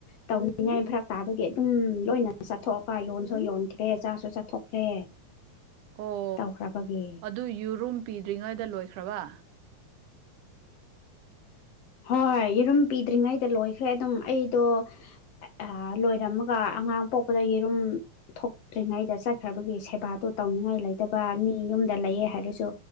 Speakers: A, on the left; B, on the right.
A: ꯇꯧꯅꯤꯡꯉꯥꯏ ꯐꯔ ꯇꯥꯕꯒꯤ ꯑꯗꯨꯝ ꯂꯣꯏꯅ ꯆꯠꯊꯣꯛꯑꯒ ꯌꯣꯟꯁꯨ ꯌꯣꯟꯈ꯭ꯔꯦ ꯆꯥꯁꯨ ꯆꯠꯊꯣꯛꯈ꯭ꯔꯦ
B: ꯑꯣ
A: ꯇꯧꯈ꯭ꯔꯕꯒꯦ
B: ꯑꯗꯨ ꯌꯨꯔꯨꯝ ꯄꯤꯗ꯭ꯔꯤꯉꯩꯗ ꯂꯣꯏꯈ꯭ꯔꯕ
A: ꯍꯣꯏ ꯌꯦꯔꯨꯝ ꯄꯤꯗ꯭ꯔꯤꯉꯩꯗ ꯂꯣꯏꯈ꯭ꯔꯦ ꯑꯗꯨꯝ ꯑꯩꯗꯣ ꯑꯩ ꯑ ꯂꯣꯏꯔꯝꯃꯒ ꯑꯉꯥꯡ ꯄꯣꯛꯄꯗ ꯌꯦꯔꯨꯝ ꯊꯣꯛꯇ꯭ꯔꯤꯉꯩꯗ ꯆꯠꯈ꯭ꯔꯕꯒꯤ ꯁꯦꯕꯥꯗꯨ ꯇꯧꯅꯤꯡꯉꯥꯏ ꯂꯩꯇꯕ ꯃꯤ ꯌꯨꯝꯗ ꯂꯩꯌꯦ ꯍꯥꯏꯔꯁꯨ